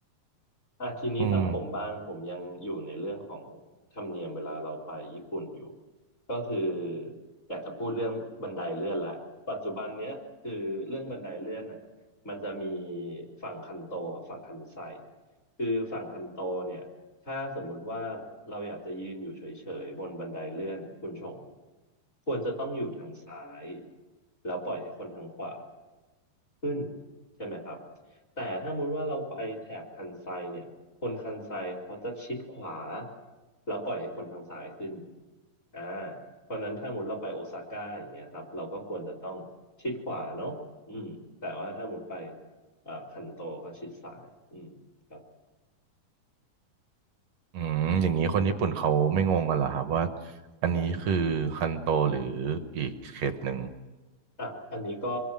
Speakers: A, on the left; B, on the right.
A: อ่ะทีนี้ทางผมบ้างผมยังอยู่ในเรื่องของ
B: อืม
A: ธรรมเนียมเวลาเราไปญี่ปุ่นอยู่ก็คืออยากจะพูดเรื่องบันไดเลื่อนละปัจจุบันเนี้ยคือเรื่องบันไดเลื่อนน่ะมันจะมีฝั่งคันโตกับฝั่งคันไซคือฝั่งคันโตเนี่ยถ้าสมมุติว่าเราอยากจะยืนอยู่เฉยๆบนบันไดเลื่อนคุณชงควรจะต้องอยู่ทางซ้ายแล้วปล่อยให้คนทางขวา ขึ้นใช่ไหมครับแต่ถ้ามุติว่าเราไปแถบคันไซเนี่ยคนคันไซเขาจะชิดขวาแล้วปล่อยให้คนทางซ้ายขึ้นอ่าเพราะฉะนั้นถ้ามุติเราไปโอซาก้าอย่างเงี้ยครับเราก็ควรจะต้องชิดขวาเนาะอืมแต่ว่าถ้ามุติไปเอ่อคันโตก็ชิดซ้ายอืมครับ
B: อืมอย่างนี้คนญี่ปุ่นเขาไม่งงกันเหรอครับว่าอันนี้คือคันโตหรืออีกเขตหนึ่ง
A: อ่ะอันนี้ก็